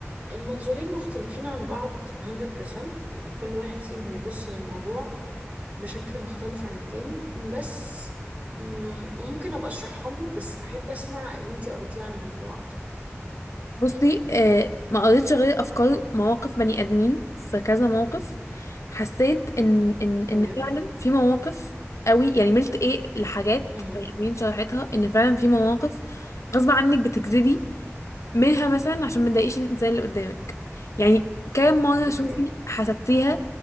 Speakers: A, on the right; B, on the left.
A: المنظورين مختلفين عن بعض 100% يعني كل واحد فيهم بيبص للموضوع بشكل مختلف عن التاني بس مم، ممكن ابقى اشرحهم لك بس احب اسمع اللي انتي قريتيه عن الموضوع اكتر
B: بصي آه ما قريتش غير افكار مواقف بني ادمين في كذا موقف حسيت ان ان ان
A: تمام
B: فعلا في مواقف قوي يعني ملت ايه لحاجات
A: مهم.
B: بني ادمين شرحتها ان فعلا في مواقف غصب عنك بتكذبي منها مثلا عشان ما تضايقيش الانسان اللي قدامك يعني كام مره
A: اوكي
B: شوفي حسبتيها